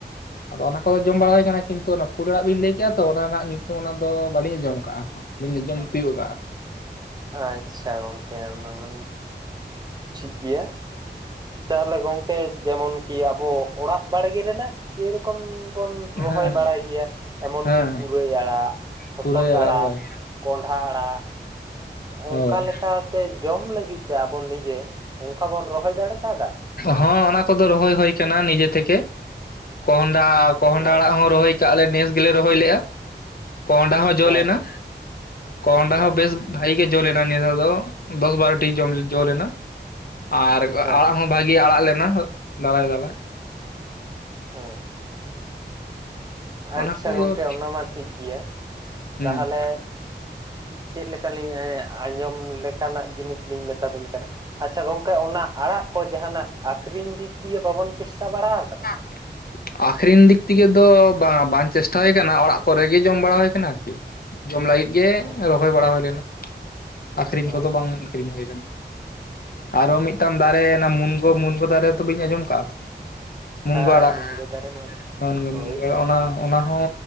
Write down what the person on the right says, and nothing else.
ᱟᱢ ᱫᱚ
ᱟᱪᱪᱷᱟ ᱜᱚᱝᱠᱮ ᱚᱱᱟ ᱢᱟ ᱴᱷᱤᱠ ᱜᱤᱭᱟ ᱛᱟᱦᱚᱞᱮ ᱜᱚᱝᱠᱮ ᱡᱮᱢᱚᱱ ᱠᱤ ᱟᱵᱚ ᱚᱲᱟᱜ ᱵᱟᱲᱜᱮ ᱨᱮᱱᱟᱜ ᱡᱮᱨᱚᱠᱚᱢ ᱵᱚᱱ
ᱨᱚᱦᱚᱭ ᱵᱟᱲᱟᱭ ᱜᱮᱭᱟ ᱮᱢᱚᱱ
ᱠᱤ ᱯᱩᱨᱟᱹᱭ ᱟᱲᱟᱜ ᱦᱚᱛᱚᱫ
ᱟᱲᱟᱜ,
ᱠᱚᱸᱰᱷᱟ ᱟᱲᱟᱜ
ᱚᱝᱠᱟ ᱞᱮᱠᱟᱛᱮ ᱡᱚᱢ ᱞᱟᱹᱜᱤᱫ ᱛᱮ ᱟᱵᱚ ᱱᱤᱡᱮ ᱚᱱᱠᱟ ᱵᱚᱱ ᱨᱚᱦᱚᱭ ᱫᱟᱲᱮ ᱠᱟᱣᱫᱟ?
ᱦᱮᱸ
ᱦᱮᱸ
ᱦᱮᱸ
ᱦᱮᱸ
ᱚᱸ᱾
ᱟᱪᱪᱷᱟ
ᱜᱚᱝᱠᱮ ᱚᱱᱟ ᱢᱟ ᱴᱷᱤᱠ ᱜᱮᱭᱟ,
ᱛᱟᱦᱟᱞᱮ ᱪᱮᱜ ᱞᱮᱠᱟᱞᱤᱧ ᱟᱸᱡᱚᱢ ᱞᱮᱠᱟᱱᱟᱜ ᱡᱤᱱᱤᱥ ᱞᱤᱧ ᱢᱮᱛᱟᱵᱤᱱ ᱠᱟᱱᱟ ᱟᱪᱪᱷᱟ ᱜᱚᱝ ᱠᱮ ᱚᱱᱟ ᱟᱲᱟᱜ ᱠᱚ ᱡᱟᱦᱟᱸᱱᱟᱜ ᱟᱠᱷᱨᱤᱧ ᱫᱤᱠ ᱫᱤᱭᱮ ᱵᱟᱵᱚᱱ ᱪᱮᱥᱴᱟ ᱵᱟᱲᱟ ᱠᱟᱫᱟ?
ᱚᱸ
ᱦᱮᱸ
ᱚᱸ
ᱦᱮᱸ ᱢᱩᱱᱜᱟᱹ ᱫᱟᱨᱮ ᱢᱟ
ᱦᱳᱭ